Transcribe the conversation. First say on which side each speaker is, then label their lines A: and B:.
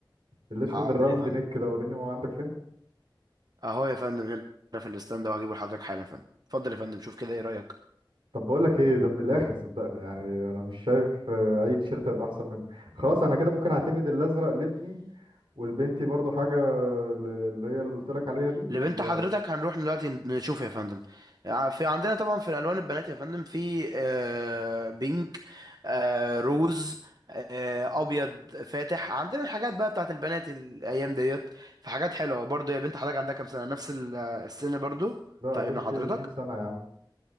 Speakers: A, on the right; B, on the right.
A: الاسود
B: حاضر
A: الراوند
B: يا فندم
A: نيك كده وريني هو عندك فين
B: اهو يا فندم هنا في الاستاند ده وهجيبه لحضرتك حالا يا فندم اتفضل يا فندم شوف كده ايه رايك
A: طب بقول لك ايه ده من الاخر صدقني يعني انا مش شايف آه، اي تيشيرت هيبقى احسن منه خلاص انا كده ممكن اعتمد الازرق لابني والبنتي برضو حاجه ل- اللي هي اللي قلت لك عليها دي
B: لبنت
A: وده
B: حضرتك هنروح دلوقتي نشوف يا فندم ع- في عندنا طبعا في الالوان البنات يا فندم في آه بينك آه روز آه ابيض فاتح عندنا الحاجات بقى بتاعت البنات الايام ديت في حاجات حلوه برضو يا بنت حضرتك عندها كام سنه نفس ال- آه، السن برضو بتاع
A: بنتي
B: ابن حضرتك
A: 20 سنه يا عم